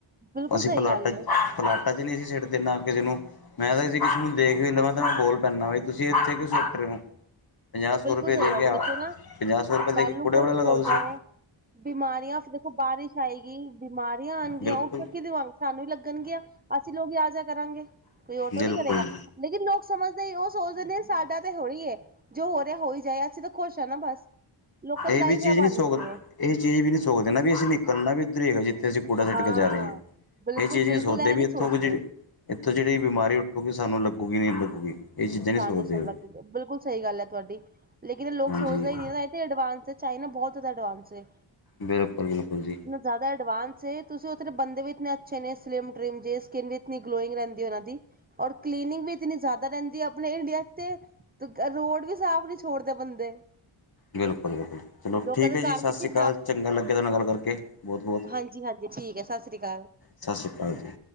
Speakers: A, on the right (about 20°); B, on the left (about 45°).
A: ਬਿਲਕੁਲ
B: ਅਸੀਂ
A: ਸਹੀ
B: ਪਲਾਟਾ
A: ਗੱਲ ਹੈ
B: ਪਲਾਟਾ'ਚ ਨਹੀਂ ਅਸੀ ਸਿੱਟਦੇ, ਨਾ ਕਿਸੇ ਨੂੰ, ਮੈਂ ਤਾਂ ਕਿਸੇ ਨੂੰ ਦੇਖ ਵੀ ਲਵਾ ਤੇ ਮੈਂ ਬੋਲ ਪੈਂਨਾ ਵਾ, ਤੁਸੀਂ ਇੱਥੇ ਕਿਉਂ ਸਿਟ ਰਹੇ ਓ? ਪੰਜਾਹ, ਸੌ
A: ਬਿਲਕੁਲ
B: ਰੁਪਏ
A: ਸਹੀ
B: ਦੇਕੇ
A: ਗੱਲ ਹੈ
B: ਅ
A: ਦੇਖੋ ਨਾ
B: ਪੰਜਾਹ, ਸੌ ਰੁਪਏ ਦੇਕੇ
A: ਕੱਲ ਨੂੰ
B: ਕੂੜੇ
A: ਕੁਛ
B: ਵਾਲਾ ਲਗਾਓ
A: ਹੋ
B: ਤੁਸੀ।
A: ਜਾਏ ਬਿਮਾਰੀਆਂ ਦੇਖੋ ਬਾਰਿਸ਼ ਆਏਗੀ, ਬਿਮਾਰੀਆਂ ਆਣਗੀਆਂ,
B: ਬਿਲਕੁਲ
A: ਉਹ ਫੇਰ ਕੀਦੇ ਵਾ ਸਾਨੂੰ ਈ ਲੱਗਣਗੀਆਂ, ਅਸੀਂ ਲੋਕ ਈ ਆਜਿਆ ਕਰਾਂਗੇ, ਕੋਈ ਹੋਰ
B: ਬਿਲਕੁਲ
A: ਥੋੜੀ ਕਰੇਗਾ। ਲੇਕਿਨ ਲੋਕ ਸਮਝਦੇ ਉਹ ਸੋਚਦੇ ਨੇ, ਸਾਡਾ ਤਾ ਹੋਹੀ ਹੇ, ਜੋ ਹੋ ਰਿਹਾ ਹੋਈ ਜਾਏ, ਅਸੀਂ ਤਾਂ ਖੁਸ਼ ਆ ਨਾ ਬਸ, ਲੋਕਾਂ
B: ਇਹ
A: ਦੀ
B: ਵੀ
A: ਲਾਈਫ
B: ਚੀਜ਼
A: ਐ
B: ਨਹੀਂ
A: ਬਣ
B: ਸੋਕ
A: ਗੀਏ।
B: ਇਹ ਚੀਜ਼ ਵੀ ਨਹੀਂ ਸੋਚਦੇ ਨਾ ਵੀ, ਅਸੀਂ ਨੀਕਲਣਾ ਵੀ ਉੱਦਰੇ ਹੀ ਹੈਗਾ। ਤੇ ਅਸੀਂ ਕੂੜਾ ਸਿੱਟ
A: ਹਾਂ
B: ਕੇ ਜਾ ਰਹੇ ਆ,
A: ਬਿਲਕੁਲ
B: ਇਹ ਚੀਜ਼
A: ਬਿਲਕੁਲ
B: ਨਹੀਂ ਸੋਚਦੇ
A: ਇਹ
B: ਵੀ ਇੱਥੋਂ
A: ਸੋਚਦੇ
B: ਕੁਝ ਇੱਥੋਂ ਜਿਹੜੀ ਬਿਮਾਰੀ ਉੱਠੂਗੀ, ਸਾਨੂੰ ਲੱਗੂਗੀ ਨਹੀਂ ਲੱਗੂਗੀ। ਇਹ ਚੀਜ਼ਾਂ ਨਹੀਂ
A: ਸਾਨੂੰ
B: ਸੋਚਦੇ
A: ਸ
B: ਉਹ
A: ਲੱਗਜੇ, ਬਿਲਕੁਲ ਸਹੀ ਗੱਲ ਆ ਤੁਹਾਡੀ, ਲੇਕਿਨ ਲੋਕ
B: ਹਾਂਜੀ
A: ਸੋਚਦੇ ਹੀ ਨਹੀਂ ਨਾ ਏਨੇ ਐਡਵਾਂਸ ਚਾਈਨਾ, ਬਹੁਤ ਜ਼ਿਆਦਾ ਐਡਵਾਂਸ ਏ।
B: ਬਿਲਕੁਲ-ਬਿਲਕੁਲ ਜੀ।
A: ਜ਼ਿਆਦਾ ਐਡਵਾਂਸ ਏ, ਤੁਸੀਂ ਉਥ ਬੰਦੇ ਵੀ ਇਤੇ ਅੱਛੇ ਨੇ ਸਲਿਮ ਟ੍ਰਿਮ ਦੇ, ਸ੍ਕਿਨ ਵੀ ਇਤਨੀ ਗਲੋਇੰਗ ਰਹਿੰਦੀ ਏ, ਉਹਨਾਂ ਦੀ। ਔਰ ਕਲੀਨਿੰਗ ਵੀ ਇਤਨੀ ਜ਼ਿਆਦਾ ਰਹਿੰਦੀ ਐ ਅਪਣੇ ਇੰਡੀਆ'ਚ ਤੇ, ਰੋਡ ਵੀ ਸਾਫ਼ ਨਹੀਂ ਛੋੜਦੇ ਬੰਦੇ।
B: ਬਿਲਕੁਲ-ਬਿਲਕੁਲ, ਚਲੋ
A: ਲੋਕਾਂ
B: ਠੀਕ
A: ਦੇ
B: ਹੈ ਜੀ
A: ਘਰ
B: ਸਤਿ
A: ਕਿੱਥੇ
B: ਸ਼੍ਰੀ ਅਕਾਲ, ਚੰਗਾ ਲੱਗਿਆ ਤੁਹਾਨ ਨਾਲ ਗੱਲ ਕਰਕੇ, ਬਹੁਤ-ਬਹੁਤ
A: ਹਾਂਜੀ-ਹਾਂਜੀ ਠੀਕ ਐ, ਸਤਿ ਸ੍ਰੀ ਅਕਾਲ।
B: ਸਤਿ ਸ਼੍ਰੀ ਅਕਾਲ ਜੀ।